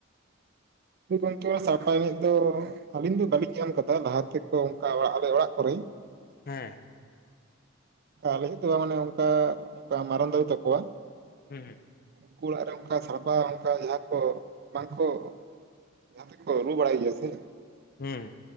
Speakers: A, on the right (about 50°); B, on the left (about 50°).
A: ᱜᱚᱝᱠᱮ ᱥᱟᱲᱯᱟ ᱮᱱᱮᱡ ᱫᱚ ᱟᱹᱞᱤᱧ ᱫᱚ ᱵᱟᱹᱞᱤᱧ ᱧᱮᱞ ᱠᱟᱫᱟ ᱞᱟᱦᱟ ᱛᱮᱠᱚ ᱚᱱᱠᱟ ᱟᱞᱮ ᱚᱲᱟᱜ ᱠᱚᱨᱮ
B: ᱦᱮᱸ᱾
A: ᱟᱞᱤᱧ ᱛᱚ ᱢᱟᱱᱮ ᱚᱱᱠᱟ ᱚᱱᱠᱟ ᱢᱟᱨᱟᱝ ᱫᱟᱫᱟ ᱛᱟᱠᱚᱣᱟ
B: ᱦᱩᱸ ᱦᱩᱸ᱾
A: ᱩᱱᱠᱩ ᱚᱲᱟᱜ ᱨᱮ ᱚᱱᱠᱟ ᱥᱟᱲᱯᱟ ᱚᱱᱠᱟ ᱡᱟᱦᱟᱸ ᱠᱚ ᱵᱟᱝ ᱠᱚ ᱡᱟᱦᱟᱸ ᱛᱮᱠᱚ ᱨᱩ ᱵᱟᱲᱟᱭ ᱜᱮᱭᱟ ᱥᱮ,
B: ᱦᱩᱸ᱾